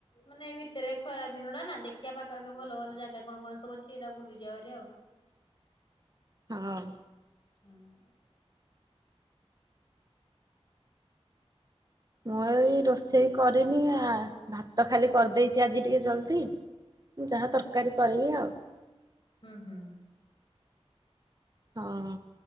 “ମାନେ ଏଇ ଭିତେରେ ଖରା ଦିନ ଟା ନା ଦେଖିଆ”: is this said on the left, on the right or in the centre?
Left